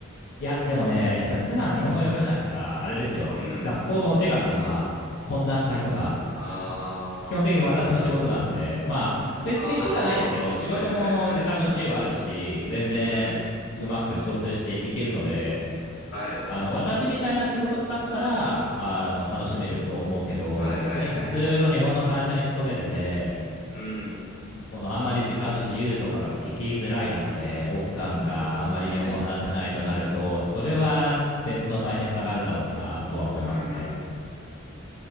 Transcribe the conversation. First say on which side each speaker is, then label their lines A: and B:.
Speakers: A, on the left; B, on the left.
A: いや、でもね、やっぱり妻が日本語読めないから、あれですよ。
B: うん。
A: 学校のお手紙とか、懇談会とか、
B: あ
A: 基本的に私の仕事なんで、まあ、別に苦じゃないですけど、
B: あ、ああはいはいはいはい。
A: 仕事も時間の自由あるし、全然うまく調整していけるので、
B: うん。はい。
A: あの私みたいな仕事だったらあの楽しめると思うけど、
B: はいはいはいはいはい。
A: 逆に普通の日本の会社に勤めてて、
B: うん。
A: このあんまり時間の自由とかが聞きづらい中で、奥さんがあんまり日本語を話せないとなると、
B: なるほどですね。
A: それは別の大変さがあるだろうなとは思いますね。
B: うん。